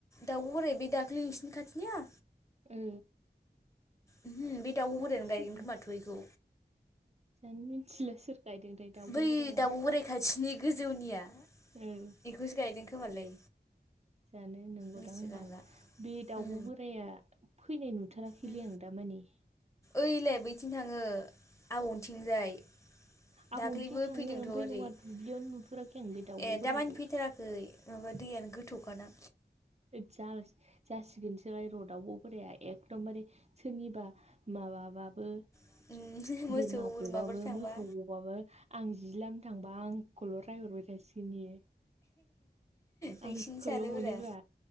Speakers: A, on the left; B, on the right.
A: दाउब बोराय बे दाख्लै नोंसिनि खाथिनिया?
B: ओ।
A: ओम बे दाउब
B: ना
A: बोरायानो
B: सोर
A: गायगोन खोमाथ' इखौ।
B: जानो मिथिला सोर गायदों थाय दाउब
A: बै
B: बोराया?
A: दाउब' बोराय खाथिनि गोजौनिया
B: ओ
A: इखौसो गायदों खोमालै।
B: जानो नंगौदां
A: मिथिलायलांला
B: ओमबा बे दाउब
A: उम
B: बोराया फैनाय नु थाराखैलै
A: उम
B: आं दामानि
A: ओइलाय बैथिं थाङो आबौनिथिंजाय।
B: <inaudible>
A: दाख्लैबो
B: थाङो
A: फैदोंथ
B: ओमफ्राय
A: ओरै
B: नङा
A: ए
B: दुब्लियावनो नुफेराखै आं बे दाउब' बोरायखौ
A: दामानि फैथाराखै माबा दैयानो गोथौ <inaudible>
B: जा जासिगोनसोलाय र' दावब बोराया एकदमबारे सोरनिबा माबाबाबो
A: उम मोसौ
B: बोरमा
A: बोरमाफोर
B: गबाबो
A: थांबा
B: मोसौ गबाबो आं जि लाम थांबा आंखौल' रायहरबाय थासिगोन इयो।
A: नोंसिनि
B: आंखौल'
A: सानोफोरा
B: मोनोब्रा